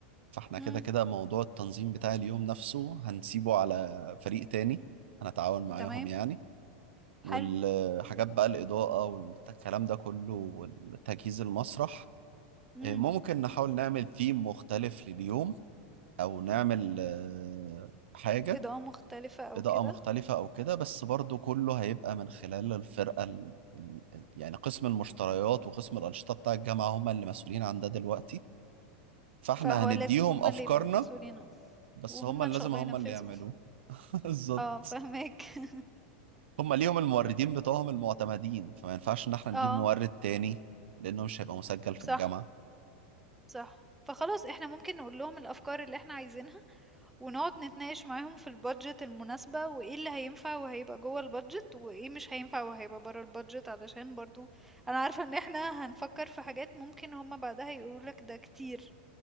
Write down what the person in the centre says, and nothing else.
مم.
تمام
حلو
مم.
إضاءة مختلفة أو
كده
فهو
لازم هما
اللي يبقوا مسؤولين عنه.
وهما
إن شاء
الله
ينفذوا
اه فهمك <laughs>
اه
صح
صح فخلاص احنا ممكن نقول لهم الأفكار اللي احنا عايزينها ونقعد نتناقش معاهم في البادجت المناسبة وايه اللي هينفع وهيبقى جوه البادجت وايه مش هينفع وهيبقى بره البادجت علشان برضو انا عارفة ان احنا هنفكر في حاجات ممكن هما بعدها يقولوا لك ده كتير